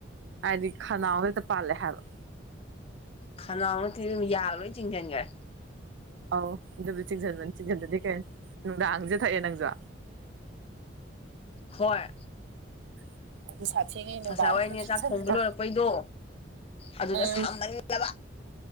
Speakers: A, on the right; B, on the left.
A: ꯍꯥꯏꯗꯤ ꯈꯅꯥꯎꯗ ꯍꯦꯛꯇ ꯄꯥꯜꯂꯦ ꯍꯥꯏꯕ
B: ꯈꯅꯥꯎ ꯅꯠꯇꯤ ꯏꯕꯦꯃꯃꯥ ꯌꯥꯒ ꯂꯣꯏ ꯆꯤꯡꯁꯟꯈ꯭ꯔꯦ
A: ꯑꯧ ꯑꯗꯨꯕꯨꯗꯤ ꯆꯤꯡꯁꯤꯟꯕꯅꯤ ꯆꯤꯡꯁꯟꯗꯗꯤ ꯀꯩꯅꯣ ꯅꯨꯡꯗꯥꯡꯖꯤꯗ ꯊꯛꯑꯦ ꯅꯪꯁꯨ
B: ꯍꯣꯏ
A: <unintelligible> ꯅꯨꯡꯗꯥꯡꯁꯤꯗ
B: ꯉꯁꯥꯏ ꯋꯥꯏꯅꯦ
A: ꯊꯛꯆꯜꯂꯤꯗꯣ
B: ꯆꯥꯛ ꯊꯣꯡꯕ ꯂꯣꯏꯔꯛꯄꯩꯗꯣ ꯑꯗꯨꯗ
A: ꯎꯝ
B: ꯁꯥꯃꯟꯂꯕ